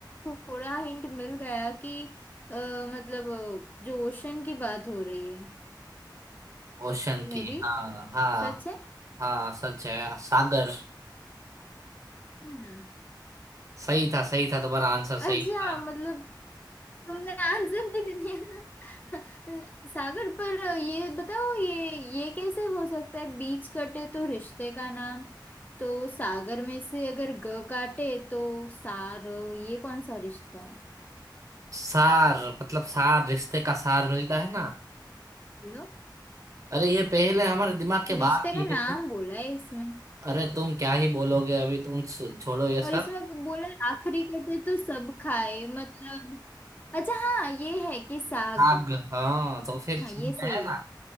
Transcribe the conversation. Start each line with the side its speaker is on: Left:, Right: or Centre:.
Left: थोड़ा हिंट मिल गया कि अ, मतलब अ, जो ओशन की बात हो रही है
Right: ओशन
Left: May
Right: की
Left: be
Right: हाँ हाँ
Left: सच है
Right: हाँ सच है सागर
Left: हम्म।
Right: सही था सही था तुम्हारा आंसर सही
Left: अच्छा
Right: था
Left: मतलब तुमने आंसर भी दे दिया सागर पर ये बताओ ये ये कैसे हो सकता है बीच कटे तो रिश्ते का नाम तो सागर में से अगर ग काटे तो सार ये कौन सा रिश्ता है
Right: सार मतलब सार रिश्ते का सार मिलता है ना
Left: बोलो
Right: अरे ये पहले हमारे दिमाग के
Left: रिश्ते
Right: बाहर की
Left: का नाम
Right: है तो
Left: बोला है इसमें
Right: अरे तुम क्या ही बोलोगे अभी तुम छ- छोड़ो ये सब
Left: और इसमें बोला है आखिरी कटे तो सब खाए मतलब अच्छा हाँ ये है कि साग
Right: आग हाँ तो फिर
Left: हाँ
Right: समझ
Left: ये
Right: में
Left: सही
Right: आया ना
Left: है